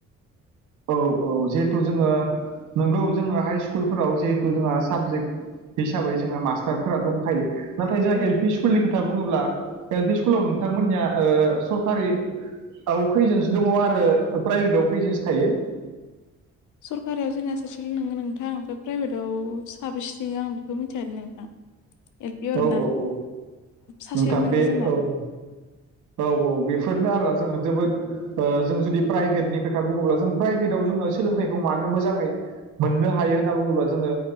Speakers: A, on the right (about 80°); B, on the left (about 75°).
A: औ औ जिहेथु जोङो नोंगौ जोङो हाइ स्कुलफोराव जिहेथु जोंहा साबजेक्ट हिसाबै जोंहा मास्टारफोरा दंखायो नाथाय जोंहा
B: औ
A: एल पि स्कुल स्कुलनि खोथा बुङोब्ला बे स्कुलाव नोंथांमोननिया सरखारि औ खैजोनसो दङ आरो प्राइभेटआव खैजोनसो थायो।
B: सरकारियाव जोंनिया सासेल' नोंङो नोंथां ओमफ्राय प्राइभेटाव साबेस्रि आं बेखौ मिथिखादों नोंथां। एल पि अ आर
A: औ
B: ना
A: औ औ
B: सासे
A: नोंथां
B: नोङो
A: बे
B: जोंना
A: औ औ औ बेफोरनो आरोा जों जोबोद जों जुदि प्राइभेटनि खोथा बुङोब्ला जों प्राइभेटाव जोङो सोलोंथाइखौ मानो मोजाङै मोननो हायो होनना बुङोब्ला जोङो